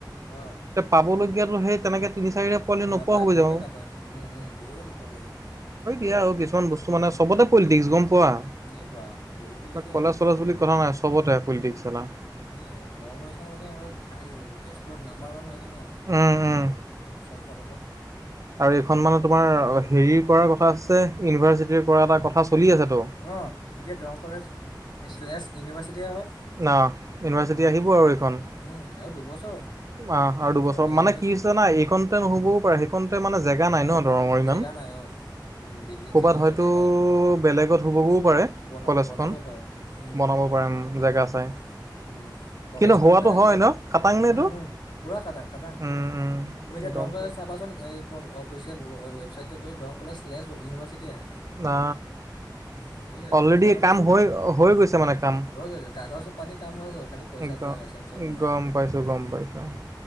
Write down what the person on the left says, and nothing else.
অঁ
নাপায়
বহুতে
নাপায় উম, উম, বহুতে নোপোৱা হৈ যায়।
এই বা পলিটিক্সটো মানে
খাই
এ দৰংগ <unintelligible> মানে খাই তেজপুৰ নাম্বাৰ ওৱান হৈছে ন'
চব ফালৰ পৰা।
অ', এতিয়া দৰং কলেজ শ্লেছ ইউনিভাৰ্চিটিহে হয়।
উম
উম আৰু দুবছৰ
হয় ইউনিভাৰ্চিটি
অঁ
জেগা নাই অঁ বিল্ডিং
চিল্ডিঙৰ
জেগা
বনা
বনাব পাৰে উম
উম,
উম, কলেজখন
বেলেগ
জেগাত
উম, উম, পূৰা খাটাং খাটাং
তুমি এতিয়া
দৰং কলেজৰ
চাবাচোন এই অফিচিয়েল ৱেবছাইটটো দংৰ কলেজ লেছ ইউনিভাৰ্চিটি আহে।
উম, সেয়াই
অট'নমাছ
হৈ গৈছে কাগজ পাতি কাম হৈ গ'ল খালি পইচাটো
আহে চেংচন হোৱা নাই
চাগে
উম।